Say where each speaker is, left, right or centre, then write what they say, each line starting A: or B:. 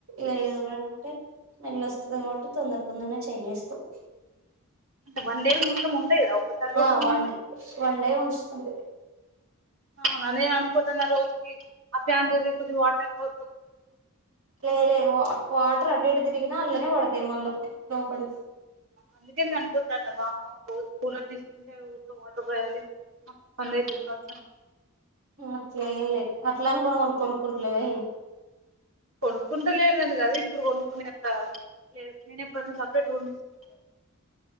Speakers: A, on the right; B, on the right.
A: లేదు అంటే స్మెల్ వస్తది కాబట్టి తొందర తొందరనే చేంజ్ చేస్తవ్
B: అంటే వన్ డే మొత్తం ఉంటాయి కదా ఒక్కసారి పోసిన
A: ఆ one
B: water
A: day one day ఉంచుతాం
B: అవునా నేను అనుకుంటున్న రోజుకి ఆ ఫ్యాన్ దిరిగే కొద్ది వాటర్ అయిపో
A: లే లేమా వాటర్ అటు ఇటు తిరిగినా లే ఇట్నే పడతయ్ మళ్ళ లోపలికి
B: అందుకే నేను అనుకుంటున్నా వామ్మో కూలర్ తీసుకుంటే <unintelligible> <unintelligible>
A: అట్లేంలే అట్ల అని కొను కొనుకుంటలేవ
B: కొనుక్కుంటలేదని కాదు ఇప్పుడు కొనుక్కునే అం త లేదు నేను ఇప్పుడున్న సపరేట్ రూమ్ తీసుకుంటే